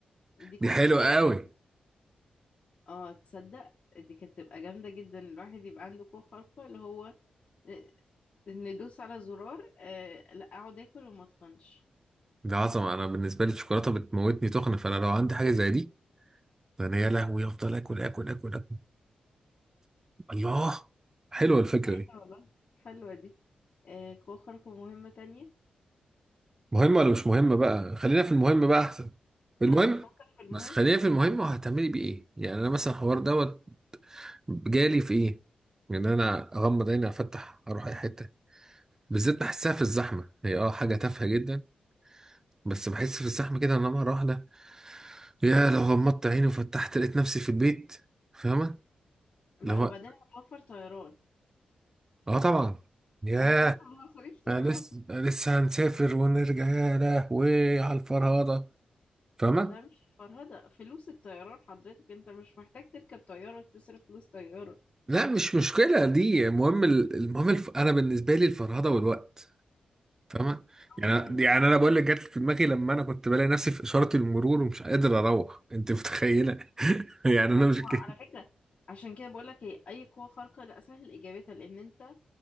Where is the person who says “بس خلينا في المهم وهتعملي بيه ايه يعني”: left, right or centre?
Right